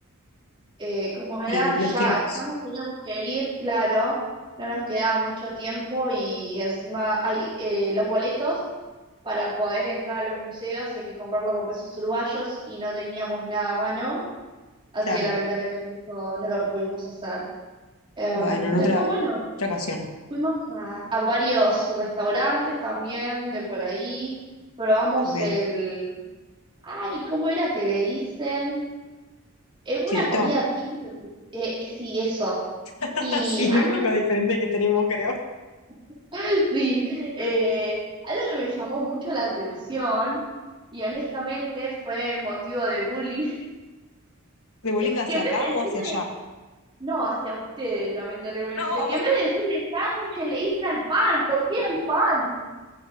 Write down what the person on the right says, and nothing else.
eh, como era,
ya,
ya nos teníamos que ir, claro, no nos quedaba mucho tiempo y encima hay eh, los boletos para poder entrar a los museos, hay que comprarlo con pesos uruguayos y no teníamos nada a mano, así
que lamentablemente eso no lo pudimos hacer. Em,
después,
bueno.
Fuimos a, a varios restaurantes también de por ahí. Probamos
el... Ay, ¿cómo era que le dicen? es una
comida típica. que- eh, eh, sí, eso.
Y
algo...
<laughs> Sí, eh, algo que me llamó mucho la atención y honestamente fue motivo de bullying,
<laughs>
que en
vez de decirle,
no hacia ustedes, lamentablemente,
que en vez de decirle sándwiches le dicen al pan, ¿por qué al pan?